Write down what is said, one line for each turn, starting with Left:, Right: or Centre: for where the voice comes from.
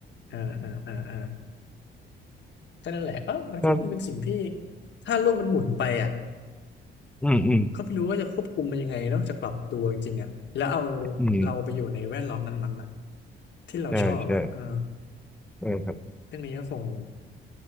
Left: อ่าอ่าอ่าอ่าก็นั่นแหละเออมันก็คงเป็นสิ่งที่
Centre: ก็
Left: ถ้าโลกมันหมุนไปอะ
Centre: อืม อืม
Left: ก็ไม่รู้ว่าจะควบคุมมันยังไงนอกจากปรับตัวจริงๆอ่ะแล้วเอา
Centre: อืม
Left: เราไปอยู่ในแวดล้อมนั้นๆอ่ะที่เราชอบอ่ะเออ
Centre: ใช่ใช่เออครับ
Left: เรื่องนี้ก็คง